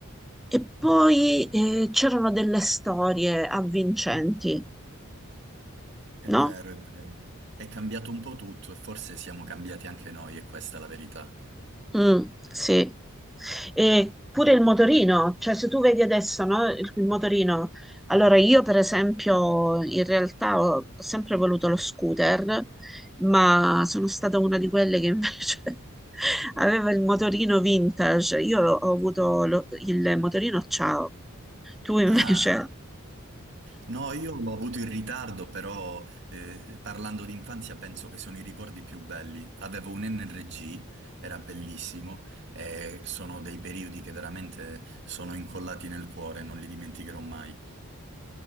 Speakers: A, in the centre; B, on the right (about 55°).
A: E poi eh, c'erano delle storie avvincenti,
B: È
A: no?
B: vero, è vero. È cambiato un po' tutto e forse siamo cambiati anche noi, e questa è la verità.
A: Mm, sì. E pure il motorino, cioè se tu vedi adesso, no, il, il motorino. Allora, io per esempio, in realtà ho, ho sempre voluto lo scooter, ma sono stata una di quelle che invece <laughs> aveva il motorino vintage. Io ho avuto lo- il motorino ciao. Tu invece?
B: Ah, no, io l'ho avuto in ritardo, però eh, parlando di infanzia penso che sono i ricordi più belli. Avevo un NRG, era bellissimo, e sono dei periodi che veramente sono incollati nel cuore, non li dimenticherò mai.